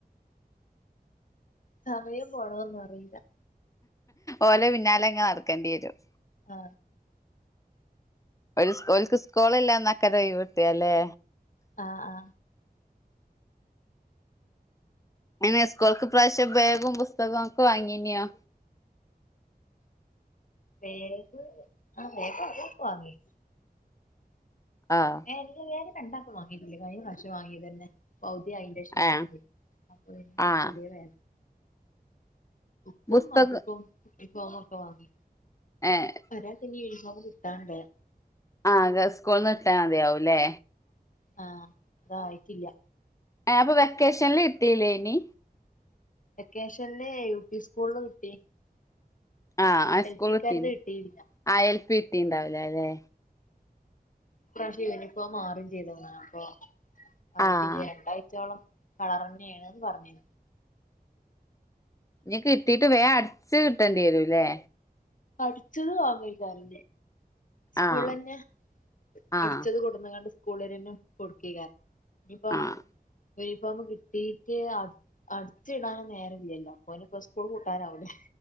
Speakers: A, on the left (about 50°); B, on the left (about 20°).
A: സമയം പോണതൊന്നു അറീല
B: ഓലേ പിന്നാലെ ഇങ്ങ് നടക്കേണ്ടി വരും
A: ആ
B: ഓല് ഓല്ക് സ്കൂള് ഇല്ലാന്നക്കരെ ഒഴിവ് കിട്ടിയെ ല്ലേ
A: ആ ആ
B: ഇനി സ്കൂൾക്ക് ഇപ്രാവശ്യം ബാഗും പുസ്തകവും ഒക്കെ വാങ്ങീന്യോ
A: ബേഗ് ആ ബേഗതൊക്കെ വാങ്ങി
B: ആഹ്
A: എല്ലല്ലാരും രണ്ടാക്കും വാങ്ങീട്ടില്ല. കഴിഞ്ഞ പ്രാവശ്യം വാങ്ങീതന്നെ പൗ അയിൻ്റേഷം
B: ഏഹ്
A: വാങ്ങി. അപ്പൊ വേണം
B: ആഹ്
A: പുതിയത് വേണം ബുക്കും
B: പുസ്തകം
A: നോട്ട് ബുക്കും ഉനി ഫോമൊക്കെ വാങ്ങി
B: ഏഹ്
A: <unintelligible> അത് കിട്ടാണ്ടെ
B: ആ അത് സ്കൂൾന്ന് കിട്ടാ മതിയാവുംല്ലേ
A: ആ അതായിട്ടില്ല
B: ആപ്പൊ വെക്കേഷൻല് കിട്ടില്ലേനി
A: വെക്കേഷൻല് യു പി സ്കൂളിൽ കിട്ടി
B: ആ ആ
A: എൽ
B: സ്കൂൾ
A: പിക്കാരത്
B: കിട്ടി.
A: കിട്ടിയില്ല
B: ആ എൽ പി കിട്ടീണ്ടാവുലെ ലേ
A: ഇപ്രാവശ്യം യൂണിഫോം മാറേം ചെയ്തു. അപ്പൊ ആയിട്ടില്ല.
B: ആഹ്
A: രണ്ടാഴ്ചയോളം കളറന്നെണ്ന്ന് പർഞ്ഞു
B: ഇനി കിട്ടീട്ട് വേം അട്ച്ച് കിട്ടേണ്ടി വരൂല്ലേ
A: അട്ച്ചത് വാങ്ങയ്ക്കരം സ്കൂൾ
B: ആഹ്
A: ലന്നെ
B: ആഹ്
A: അടിച്ചത് കൊട്ന്ന് ക്കാണ്ട് സ്കൂളാരന്നെ കൊട്ക്കേക്കാരം ഇൻപ്പോ
B: ആഹ്
A: യൂണിഫോമ് കിട്ടീട്ട് അട് അടിച്ച് ഇടാന് നേരം ഇല്ലല്ലോ. അപ്പോന് സ്കൂൾ പൂട്ടാനാവൂലേ.